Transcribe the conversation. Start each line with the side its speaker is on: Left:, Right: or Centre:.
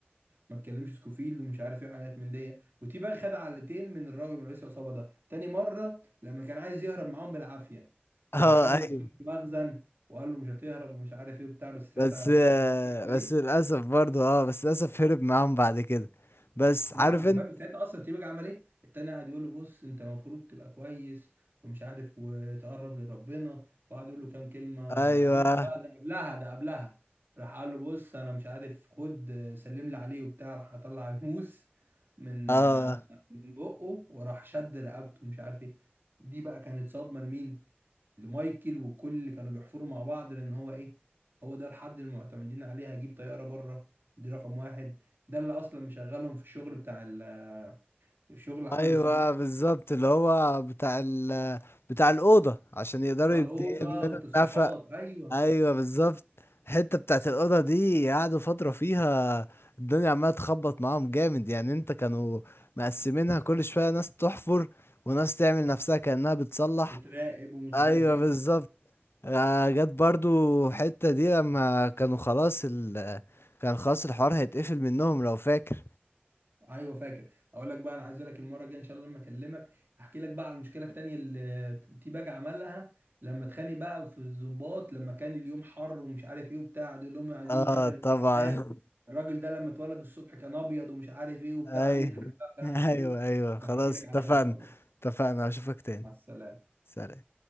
Right: ما تكلمش سكوفيلد ومش عارف ايه حاجات من دي وتيباج خد علقتين من الراجل من رئيس العصابه ده تاني مره لما كان عايز يهرب معاهم بالعافيه فراح
Left: <laughs> اه
Right: خده
Left: ايوه
Right: داخل المخزن وقال له مش هتهرب ومش عارف ايه وبتاع بس ساعتها
Left: بس
Right: فاكر
Left: آه
Right: كان عمل
Left: بس
Right: ايه
Left: للأسف برضه اه بس للأسف هرب معاهم بعد كده بس
Right: لا
Left: عارف
Right: وانت
Left: انت
Right: فاكر ساعتها اصلا تيباجي عمل ايه؟ التاني قاعد يقول له بص انت المفروض تبقى كويس ومش عارف وتقرب لربنا وقعد يقول له كام كلمه
Left: ايوه
Right: لا لا ده قبلها ده قبلها راح قال له بص انا مش عارف خد سلم لي عليه وبتاع راح اطلع <laughs> الموس من
Left: اه
Right: من بقه وراح شد رقبته مش عارف ايه دي بقى كانت صدمه لمين؟ لمايكل وكل اللي كانوا بيحفروا مع بعض لان هو ايه هو ده الحد اللي معتمدين عليه هيجيب طياره بره دي رقم واحد ده اللي اصلا مشغلهم في الشغل بتاع ال- الشغل عمل
Left: ايوه
Right: السجون
Left: بالظبط اللي هو بتاع ال... بتاع الأوضة عشان يقدروا
Right: بتاع
Left: يبد-
Right: الاوضه
Left: يعملوا
Right: وتصليحات
Left: النفق
Right: ايوه
Left: ايوه بالظبط الحتة بتاعت الأوضة دي قعدوا فترة فيها الدنيا عمالة تخبط معاهم جامد يعني انت كانوا مقسمينها كل شوية ناس تحفر وناس تعمل نفسها كأنها بتصلح
Right: بتراقب ومش
Left: ايوه
Right: عارف ايه
Left: بالظبط آه، جت برضو حتة دي لما كانوا خلاص ال كان خلاص الحوار هيتقفل منهم لو فاكر
Right: ايوه فاكر اقول لك بقى انا عايز لك المره الجايه ان شاء الله لما اكلمك احكي لك بقى على المشكله التانيه اللي تي باج عملها لما اتخانق بقى في الضباط لما كان اليوم حر ومش عارف ايه وبتاع دول لهم عايزين
Left: اه
Right: نشغل التكييفات
Left: طبعا
Right: الراجل ده لما اتولد الصبح كان ابيض ومش عارف ايه وبتاع
Left: ايوه
Right: قعد يضحك بقى الكلام
Left: <laughs>
Right: ده كله
Left: ايوه ايوه
Right: بحكي
Left: خلاص
Right: لك
Left: اتفقنا
Right: عليها ان شاء الله
Left: اتفقنا اشوفك تاني
Right: مع السلامه
Left: سلام